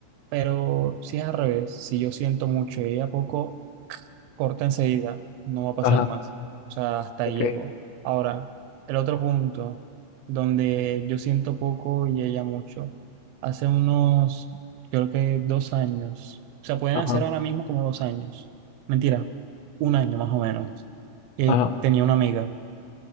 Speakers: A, on the right; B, on the left.
A: pero si es al revés, si yo siento mucho y ella poco corta enseguida, no va a pasar
B: Ajá,
A: más. O sea, hasta
B: ok,
A: ahí llegó. Ahora, el otro punto, donde yo siento poco y ella mucho, hace unos, creo que dos años, o sea, pueden
B: ajá,
A: hacer ahora mismo como dos años, mentira, un año más o menos, eh,
B: ajá,
A: tenía una amiga.